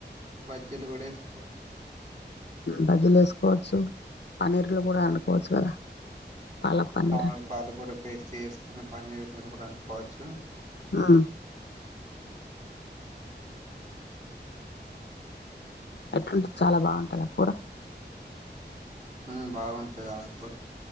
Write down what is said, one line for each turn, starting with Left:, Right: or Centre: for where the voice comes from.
Right: బజ్జీలు కూడా ఏసుకోవచ్చు
Left: బజ్జీలేసుకోవచ్చు పనీర్లు కూడా అండుకోవచ్చు కదా పాలక్ పన్నీర్
Right: అ
Left: అని
Right: పాలకూర పేస్ట్ చేసుకుని పన్నీర్ తోని కూడా అండుకోవచ్చు
Left: ఆ అట్లుంటది చాలా బావుంటాదా కూర
Right: ఊమ్ బావుంటాది ఆ కూర